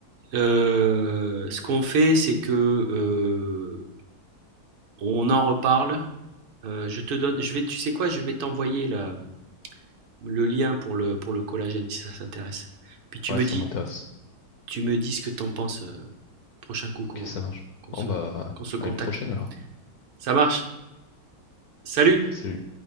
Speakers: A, on the right; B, on the left.
A: Euh, ce qu'on fait, c'est que euh, on en reparle. Euh, je te donne, je vais, tu sais quoi, je vais t'envoyer la, le lien pour le, pour le collagène, si ça s'intéresse. Puis tu
B: Ouais,
A: me
B: ça
A: dis,
B: m'intéresse.
A: tu me dis ce que t'en penses, euh, prochain coup qu'on
B: Ok, ça marche.
A: qu'on
B: Bon,
A: se,
B: bah,
A: qu'on se contacte.
B: à une prochaine alors.
A: Ça marche. Salut!
B: Allez, Salut.